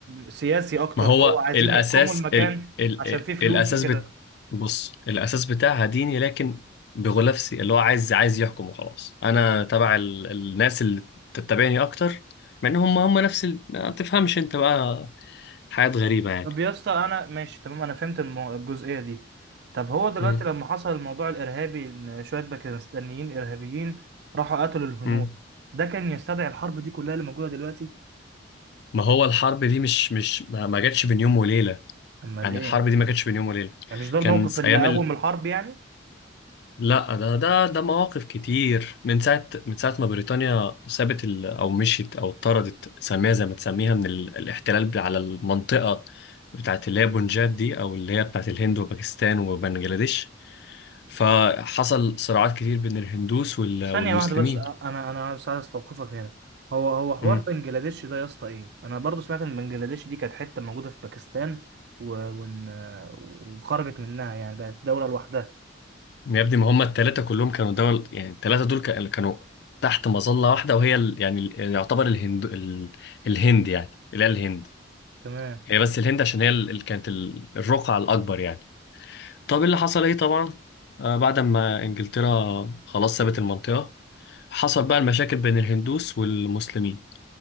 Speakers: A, on the right; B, on the left.
A: سياسي اكتر
B: ما هو
A: اللي هو عايزين
B: الأساس
A: يحكموا المكان
B: ال... ال...
A: عشان
B: ال-
A: فيه فلوس
B: الأساس
A: وكده
B: بت... بص الأساس بتاعها ديني لكن بغلافسي اللي هو عايز عايز يحكم وخلاص أنا تبع ال... الناس اللي تتبعني أكتر مع إن هم هم نفس ال... ما تفهمش أنت بقى حاجات غريبة يعني
A: طب يا اسطى انا ماشي تمام انا فهمت المو- الجزئية دي طب هو دلوقتي
B: مم.
A: لما حصل الموضوع الارهابي ان شوية باكستانيين ارهابيين راحوا قتلوا الهنود
B: مم.
A: ده كان يستدعي الحرب دي كلها اللي موجودة دلوقتي
B: ما هو الحرب دي مش مش ما ما جاتش بين يوم وليلة
A: امال
B: يعني
A: ايه
B: الحرب دي ما جاتش بين يوم وليلة
A: يعني مش ده الموقف
B: كان س-
A: اللي
B: أيام
A: قوم الحرب يعني
B: لا ده ده ده مواقف كتير من ساعة من ساعة ما بريطانيا سابت ال أو مشيت أو طردت سميها زي ما تسميها من ال الاحتلال على المنطقة بتاعت اللي هي بونجاب دي أو اللي هي بتاعت الهند وباكستان وبنجلاديش فحصل صراعات كتير بين الهندوس وال والمسلمين
A: ثانية واحدة بس أنا أنا بس عايز أستوقفك هنا هو هو حوار
B: مم.
A: بنجلاديش ده يا اسطى إيه؟ أنا برضو سمعت إن بنجلاديش دي كانت حتة موجودة في باكستان و... ون... وخرجت منها يعني بقت دولة لوحدها
B: يا ابني ما هم التلاتة كلهم كانوا دول يعني التلاتة دول كان- كانوا تحت مظلة واحدة وهي ال يعني ال يعتبر الهند ال الهند يعني اللي هي الهند
A: تمام
B: هي بس الهند عشان هي اللي كانت ال- الرقعة الأكبر يعني طب اللي حصل ايه طبعا آه، بعد ما انجلترا خلاص سابت المنطقة حصل بقى المشاكل بين الهندوس والمسلمين